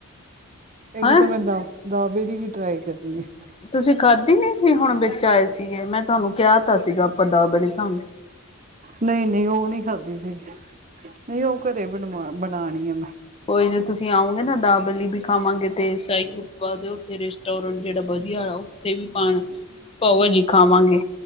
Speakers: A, on the right; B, on the left.
A: ਇੱਕ
B: ਹੈਂ।
A: ਤਾਂ ਮੈਂ ਦਾਂ- ਦਾਬਲ ਦੀ ਵੀ ਟ੍ਰਾਈ ਕਰਨੀ ਐ।
B: ਤੁਸੀਂ ਖਾਧੀ ਨੀ ਸੀ ਹੁਣ ਵਿੱਚ ਆਏ ਸੀਗੇ ਮੈਂ ਤੁਹਾਨੂੰ ਕਿਹਾ ਤਾਂ ਸੀਗਾ ਆਪਾਂ ਦਾਬਲੀ ਖਾਂ-
A: ਨਹੀਂ - ਨਹੀਂ ਉਹ ਨਹੀਂ ਖਾਦੀ ਸੀਗੀ। ਨਹੀਂ ਉਹ ਕੋ ਦੇ ਦੇਣੀ ਮੈਂ ਬਣਾਨੀ ਆ ਮੈਂ।
B: ਕੋਈ ਜੇ ਤੁਸੀਂ ਆਓਗੇ ਨਾ ਦਾਬਲੀ ਵੀ ਖਾਵਾਂਗੇ ਤੇ ਟਾਈ ਕੁਪਾ ਦੇ ਉੱਥੇ ਰੈਸਟੋਰੈਂਟ ਜਿਹੜਾ ਵਧੀਆ ਵਾ ਉੱਥੇ ਵੀ ਪਾਣੀ। ਚਲੋ ਜੀ ਖਾਵਾਂਗੇ।